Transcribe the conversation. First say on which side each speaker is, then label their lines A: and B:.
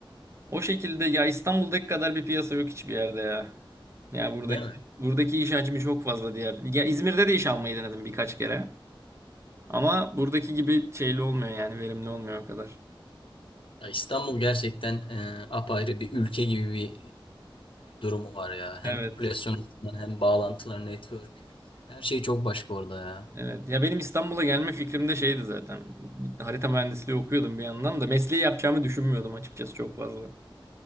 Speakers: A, on the right; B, on the left.
A: O şekilde ya İstanbul'daki kadar bir piyasa yok hiçbir yerde ya. Ya buradaki
B: Değil mi?
A: buradaki iş hacmi çok fazla diğer. Ya İzmir'de de iş almayı denedim birkaç kere. Ama buradaki gibi şeyli olmuyor yani verimli olmuyor o kadar.
B: Ya İstanbul gerçekten e, apayrı bir ülke gibi bir e, durumu var ya. Hem
A: Evet.
B: popülasyon açısından hem bağlantılar, network. Her şey çok başka orada ya.
A: Evet. Ya benim İstanbul'a gelme fikrim de şeydi zaten. Harita mühendisliği okuyordum bir yandan da mesleği yapacağımı düşünmüyordum açıkçası çok fazla.